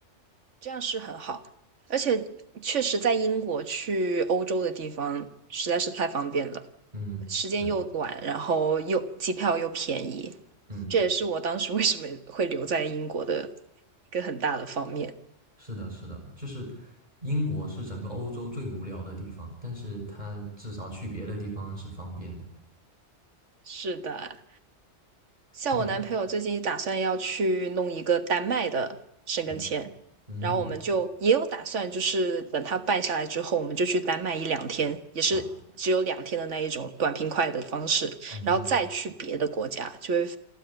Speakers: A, on the right; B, on the right.
A: 这样是很好，而且确实在英国去欧洲的地方实在是太方便了，
B: 嗯，
A: 时间又短，
B: 是的，
A: 然后又机票又便宜，
B: 嗯，
A: 这也是我当时为什么会留在英国的一个很大的方面。
B: 是的，是的，就是英国是整个欧洲最无聊的地方，但是它至少去别的地方是方便的。
A: 是的。像我男朋友最近打算要去弄一个丹麦的申根签，
B: 嗯嗯嗯
A: 然后我们就也有打算，就是等他办下来之后，我们就去丹麦一两天，也是只有两天的那一种短平快的方式，
B: 啊嗯。
A: 然后再去别的国家，就会